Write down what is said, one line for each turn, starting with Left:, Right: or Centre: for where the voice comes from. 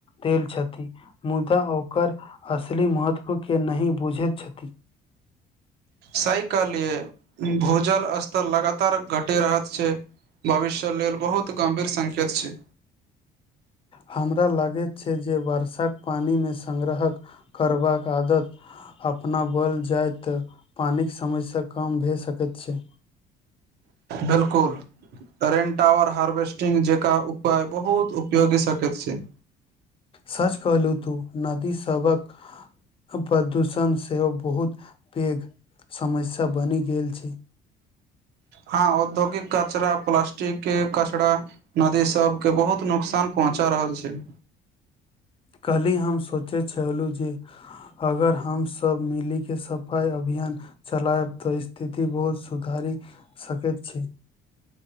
Left: देल छथि मुदा ओकर असली महत्व के ने बुझेत छथि
Right: सही कहलीये भूजल स्तर लगातार घटेत रहे छै भविष्य लेल बहुत गम्भीर संकेत छै
Left: हमरा लागेत छै जे वर्षा पानी मे संग्रहक करबाक आदत अपनाबल जाय तऽ पानी के समसया कम भए सकेत छै
Right: बिल्कुल तरेनटावर हार्वेस्टिंग जेक उपाय बहुत उपयोगी सकेत छै
Left: सच कहलु तू नदी सबक प्रदूषण सेहो बहुत पेघ समस्या बनि गेल छै
Right: हाँ औद्योगिक कचरा प्लासस्टिक कचरा नदी सब के बहुत नुकसान पहुँचा रहल छै
Left: कल्हि हम सोचे छहलु जे अगर हम सब मिलि के सफाई अभियान चलायब तऽ स्थिति बहुत सुधारी सकेत छी